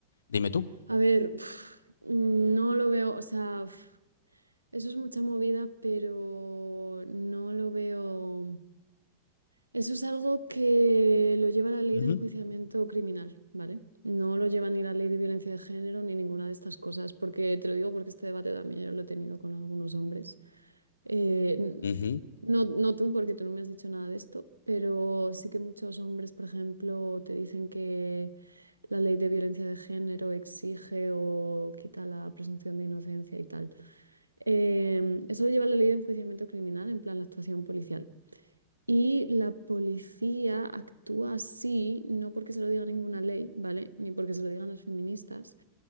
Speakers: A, on the left (about 70°); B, on the right (about 90°).
A: dime tú.
B: A ver, uf, no lo veo, o sea, uf, eso es mucha movida, pero no lo veo. Eso es algo que lo lleva la ley
A: Ujú,
B: de enjuiciamiento criminal, ¿vale? No lo lleva ni la ley de violencia de género ni ninguna de estas cosas, porque te lo digo porque este debate también yo lo he tenido con algunos hombres. Eh, n-
A: ujú,
B: no, no tú, porque tú no me has dicho nada de esto, pero sí que muchos hombres, por ejemplo, te dicen que la ley de violencia de género exige o quita la presunción de inocencia y tal. Em, eso lo lleva la ley de enjuiciamiento criminal, en plan la actuación policial. Y la policía actúa así, no porque se lo diga ninguna ley, ¿vale? Ni porque se lo digan las feministas.